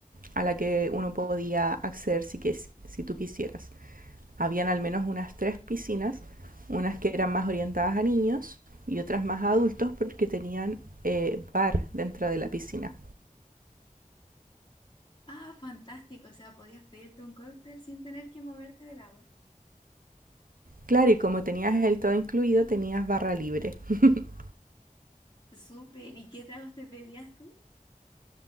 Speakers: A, on the right (about 75°); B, on the left (about 35°).
A: a la que uno podía acceder si, que, si tú quisieras. habían al menos unas tres piscinas, unas que eran más orientadas a niños y otras más a adultos porque tenían eh, bar dentro de la piscina.
B: Ah, fantástico. O sea, podías pedirte un cóctel sin tener que moverte del agua.
A: Claro, y como tenías el todo incluido, tenías barra libre. <laughs>
B: Súper. ¿Y qué tragos te pedías tú?